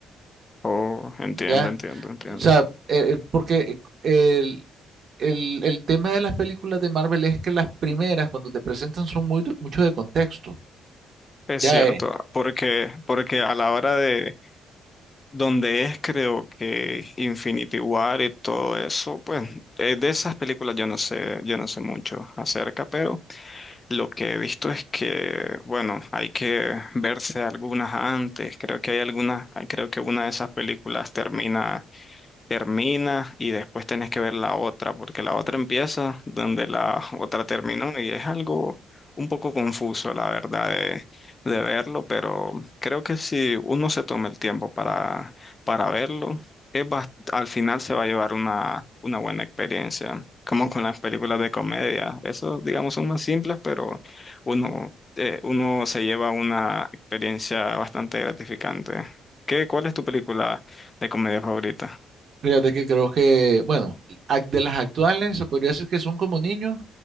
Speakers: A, on the left; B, on the right.
A: oh, entiendo,
B: Ya,
A: entiendo, entiendo.
B: o sea, eh, eh, porque eh, el, el, el tema de las películas de Marvel es que las primeras, cuando te presentan, son muy, mucho de contexto.
A: Es
B: Ya,
A: cierto,
B: eh,
A: porque, porque a la hora de, donde es creo que Infinity War y todo eso, pues eh, de esas películas yo no sé, yo no sé mucho acerca, pero lo que he visto es que, bueno, hay que verse algunas antes, creo que hay algunas, ah, creo que una de esas películas termina termina y después tenés que ver la otra, porque la otra empieza donde la otra terminó y es algo un poco confuso, la verdad, de, de verlo, pero creo que si uno se toma el tiempo para, para verlo, es bas- al final se va a llevar una, una buena experiencia, como con las películas de comedia. Esos, digamos, son más simples, pero uno, eh, uno se lleva una experiencia bastante gratificante. ¿Qué, cuál es tu película de comedia favorita?
B: fíjate que creo que, bueno, ac- de las actuales, se podría decir que son como niños,